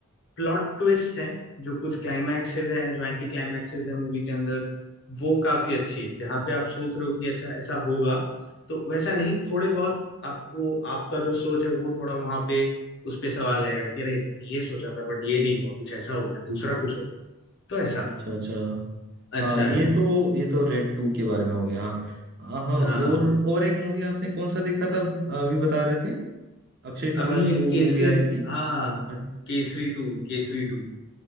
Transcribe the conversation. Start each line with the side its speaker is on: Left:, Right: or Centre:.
Left: प्लॉट ट्विस्ट हैं जो कुछ क्लाइमैक्सेस हैं जो एंटी क्लाइमैक्सेस हैं मूवी के अंदर वो काफी अच्छी है जहाँ पे आप सोच रहे हो कि अच्छा ऐसा होगा तो वैसा नहीं थोड़े बहुत आपको आपका जो सोच है वो थोड़ा वहां पे उस पे सवाल आएगा कि अरे ये सोचा था बट ये नहीं हुआ कुछ ऐसा हो गया दूसरा कुछ हो गया तो ऐसा
Right: अच्छा अच्छा
Left: अच्छा
Right: हाँ ये
Left: है
Right: तो ये तो रेड टू के बारे में हो गया हाँ हाँ और
Left: हाँ
Right: और एक मूवी आपने कौन सा देखा था अभी बता रहे थे अक्षय कुमार
Left: अभी ये
Right: की वो
Left: केसरी
Right: मूवी आई थी
Left: हाँ
Right: अ-
Left: Kesari two Kesari two